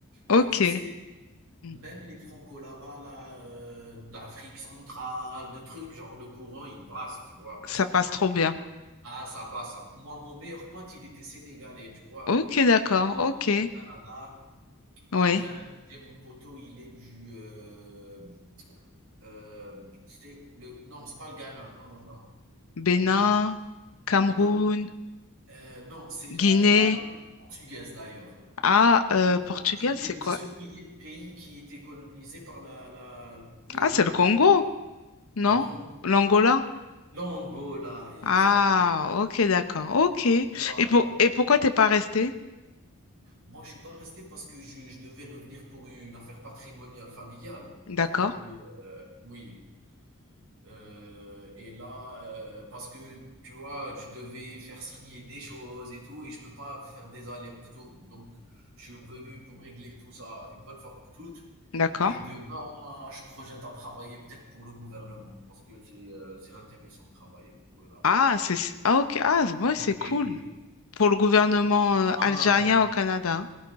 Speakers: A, on the left (about 70°); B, on the right (about 70°).
A: Ok.
B: et tu sais,
A: Mm.
B: Même les Franco là-bas, là, heu, d'Afrique centrale, de trucs, genre le courant il passe, tu vois? Parce
A: Ça
B: qu'on
A: passe
B: parle
A: trop bien.
B: ah ça passe, ça moi mon meilleur pote il était sénégalais, tu vois?
A: Ok, d'accord.
B: Il est
A: Ok.
B: encore au Canada.
A: Oui.
B: J'ai un j'ai mon poteau, il est du, hem, heu, c'était le non, c'est pas le Ghana, non, non, non,
A: Bénin,
B: heu, je
A: Cameroun,
B: non, heu, non, c'est
A: Guinée.
B: la le la colonie portugaise d'ailleurs.
A: Ah, euh, Portugal,
B: Ça, c'était
A: c'est
B: le
A: quoi?
B: seul pays pays qui était colonisé par la la le
A: Ah,
B: le
A: c'est le
B: Portu
A: Congo, non?
B: non.
A: L'Angola?
B: L'Angola, exact.
A: Ah, ok, d'accord. Ok. Et
B: Moi,
A: pour et pourquoi t'es pas resté?
B: moi, je suis pas resté parce que je, je devais revenir pour une affaire patrimoniale familiale.
A: D'accord,
B: Je devais, euh, oui. Euh, et là, euh, parce que tu vois, je devais faire signer des choses et tout, et je peux pas faire des allers-retours. Donc, je suis revenu pour régler tout ça une bonne fois pour toutes.
A: d'accord.
B: Et de là, je projette à travailler peut-être pour le gouvernement, parce que c'est euh, c'est intéressant de travailler pour eux là-bas,
A: Ah,
B: tu vois.
A: c'est ah, ok. Ah, c'est- ouais,
B: Oui,
A: c'est cool.
B: oui, oui. oui.
A: Pour le gouvernement euh,
B: Ah,
A: algérien
B: major-
A: au Canada. hein.